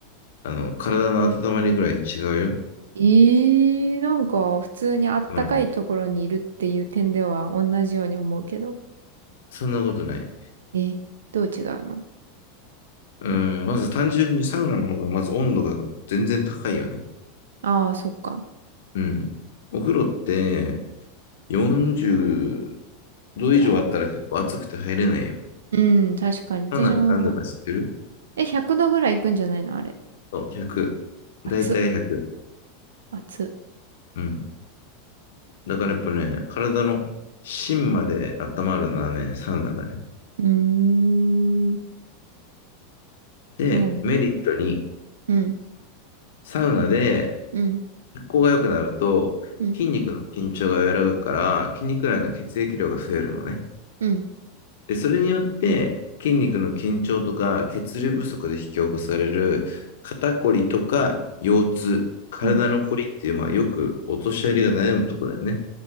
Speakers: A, on the left; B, on the right.
A: あの、体の温まりぐらい違うよ。
B: えー、なんか普通にあったかいところにいるっていう点では同じように思うけど。
A: うん。そんなことない。
B: え、どう違うの
A: うん。まず単純にサウナの方がまず温度が全然高いよね。
B: ああー、そっか。
A: うん。お風呂って40度以上あったら結構暑くて入れないよ。
B: ぐらい。うん、確かに。私も、
A: サウナって何度か知ってる
B: え、100度ぐらいいくんじゃないのあれ。
A: そう、100。
B: 熱っ、
A: だいたい100。
B: 熱っ。
A: うん。だからやっぱね、体の芯まで温まるのはね、サウナだね。
B: うーん、
A: で、
B: そうなんだ。
A: メリットに
B: うん、
A: サウナで
B: うん、
A: 血行が良くなると、
B: うん、
A: 筋肉の緊張が和らぐから、筋肉内の血液量が増えるのね。
B: うん。
A: で、それによって筋肉の緊張とか血流不足で引き起こされる肩こりとか腰痛、体のこりっていう、
B: うん
A: まあよくお年寄りが悩むとこだよね。